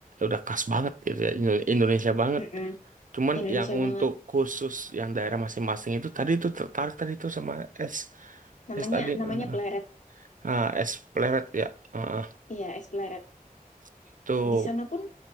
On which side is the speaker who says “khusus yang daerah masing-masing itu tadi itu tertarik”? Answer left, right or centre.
Right